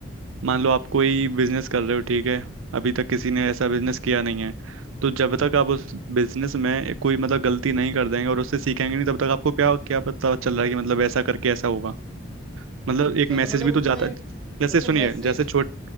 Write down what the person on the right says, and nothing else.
मान लो आप कोई बिजनेस कर रहे हो ठीक है अभी तक किसी ने ऐसा बिजनेस किया नहीं है तो जब तक आप उस बिजनेस में कोई मतलब गलती नहीं कर देंगे और उससे सीखेंगे नहीं तब तक आपको क्या क्या पता चल रहा है कि मतलब ऐसा करके ऐसा होगा मतलब
एक मैसेज
भी
तो जाता है। जैसे
सुनिए
जैसे छोट